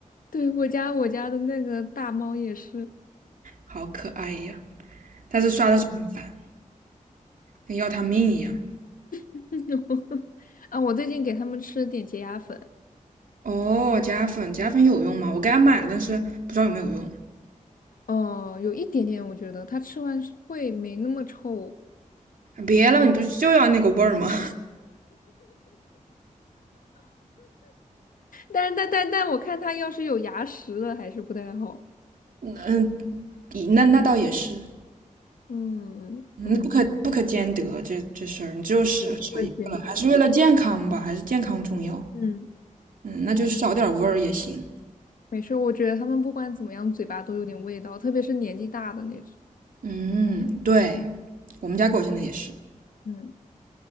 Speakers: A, on the left (about 80°); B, on the right (about 80°).
A: 对，我家我家的那个大猫也是，
B: 好可爱呀。但是刷的时候很烦，跟要他命一样。
A: <laughs> 啊，我最近给它们吃了点洁牙粉，
B: 哦，夹粉夹粉有用吗？我给他买了，但是不知道有没有用。
A: 呃，有一点点，我觉得它吃完是会没那么臭，
B: 别了，你不是就要那个味儿吗？
A: 但但但但我看他要是有牙石了，还是不太好。
B: <laughs> 嗯，那那倒也是，
A: 嗯嗯，
B: 嗯，不可不可兼得这这事儿，你只有舍舍一个了，
A: 只这么兼得。
B: 还是为了健康吧，还是健康重要。
A: 嗯，
B: 嗯，那就少点味儿也行。
A: 没事，我觉得他们不管怎么样，嘴巴都有点味道，特别是年纪大的那种。
B: 嗯，对，我们家狗现在也是。
A: 嗯，